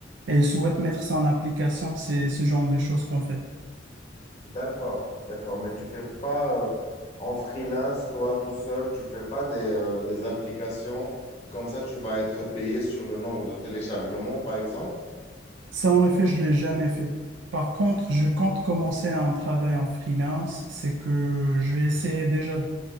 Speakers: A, on the right; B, on the left.
A: et il souhaite mettre ça en application. C'est ce genre de choses qu'on fait.
B: D'accord, d'accord. Mais tu fais pas euh, en freelance, toi tout seul, tu fais pas des, euh, des applications comme ça, tu vas être payé sur le nombre de téléchargements, par exemple.
A: Ça, en effet, je ne l'ai jamais fait. Par contre, je compte commencer un travail en freelance. C'est que je vais essayer déjà